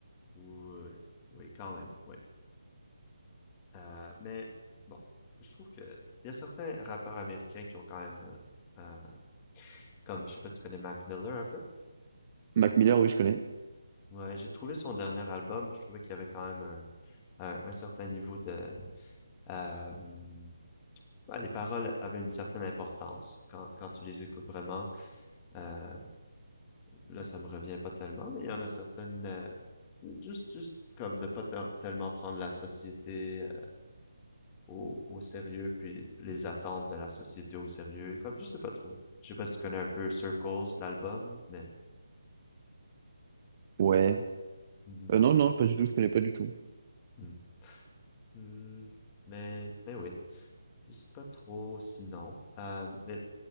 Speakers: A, on the left; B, on the right.
A: Oui, oui, quand même, oui. Euh, mais bon, je trouve que il y a certains rappeurs américains qui ont quand même, euh, euh, comme je sais pas si tu connais Mac Miller un peu.
B: Mac Miller, oui, je connais.
A: Ouais, j'ai trouvé son dernier album, je trouvais qu'il y avait quand même un, un- un certain niveau de euh, hmm, ben, les paroles avaient une certaine importance quand, quand tu les écoutes vraiment. Euh, là, ça me revient pas tellement, mais il y en a certaines, euh, juste, juste comme de pas tel- tellement prendre la société euh, au, au sérieux, puis les attentes de la société au sérieux. Comme, je sais pas trop. Je sais pas si tu connais un peu Circles, l'album, mais.
B: Ouais.
A: Mhm.
B: Euh, non, non, pas du tout. Je connais pas du tout.
A: Mhm. Mhm. Mais, mais oui, je sais pas trop sinon. Euh, mais